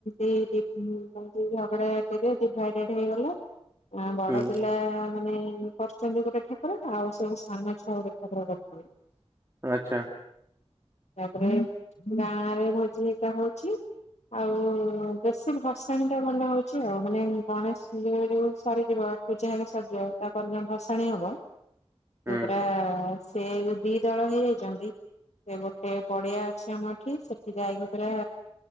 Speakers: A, on the left; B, on the right.
A: ଏଇ ଦି ତିନ ପାଇଁକି ଝଗଡ଼ା ଝାଟିରେ ଡ଼ିଭାଇଡଡେଡ ହେଇଗଲା। ଗାଁ ବଡ଼
B: ହୁଁ
A: ପିଲା ମାନେ। କରଛନ୍ତି ଗୋଟେ ଠାକୁର ଆଉ ସବୁ ସାନ ଛୁଆ ଗୋଟେ ଠାକୁର କରିଛନ୍ତି।
B: ଆଚ୍ଛା।
A: ତାପରେ ଗାଁ ରେ ଭୋଜି ହେରିକା ହଉଛି। ଆଉ ବେଶୀ ଭସାଣି ଟା ଭଲ ହଉଛି ଆଉ ମାନେ। ଗଣେଶ ପୂ ସରିଯିବ ପୂଜା ହେରିକା ସରିଯିବ ତାପରଦିନ ଭସାଣି ହବ।
B: ହୁଁ
A: ସେ ପୁରା ସେ ଯୋଉ ଦି ଦଳ ହେଇଯାଇଚନ୍ତି। ସେ ଗୋଟେ ପଡିଆ ଅଛି ଆମ ଏଠି ସେଠି ଯାଇକି ପୁରା।